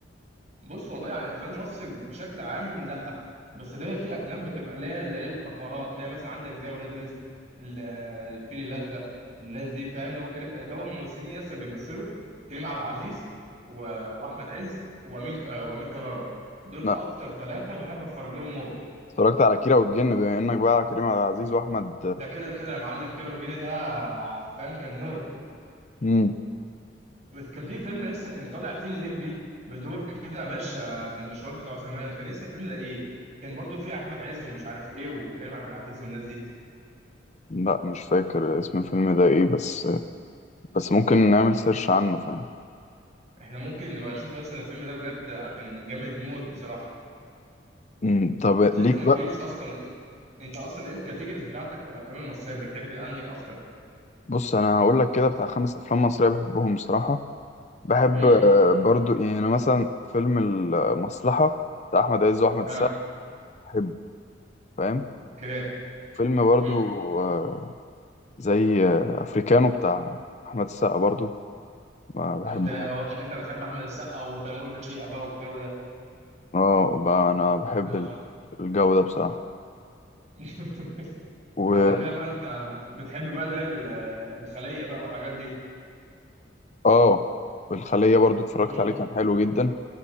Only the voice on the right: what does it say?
بص والله يعني افلام مصر بشكل عام لا بس اللي هي في افلام بتبقى ليها اللي هي الطفرات اللي هي مثلا عندك زي ولاد رزق ال- الفيل الازرق الناس دي فاهم اللي هو كريم اللي هو ممثلين لسه بيمثلوا كريم عبد العزيز و... واحمد عز وامين آه، وامير كرارة دول
اكتر ثلاثه بحب اتفرج لهم موت
ده كده كده يا معلم كده والجن ده فاهم كان موت
بس كان في فيلم لسه كان طالع فيه الليمبي بدور كده باشا من باشوات بتوع زمان كان اسم الفيلم ده ايه؟ كان برضو فيه احمد عز ومش عارف ايه وكريم عبد العزيز والناس دي
احنا ممكن نبقى نشوف لسه الفيلم ده بجد كان جامد موت بصراحه
بس انت
ما
قلتليش اصلا انت أنت اصلا ايه الكاتيجوريز بتاعتك في الافلام المصريه بتحب انهي اكتر؟
امم
ها
اوكي
امم
انت واضح ان انت بتحب احمد السقا وتيمور وشفيقة بقى والجو ده
آه.
<laughs>
طب على كده بقى انت بتحب بقى اللي هي ال- الخليه بقى والحاجات
دي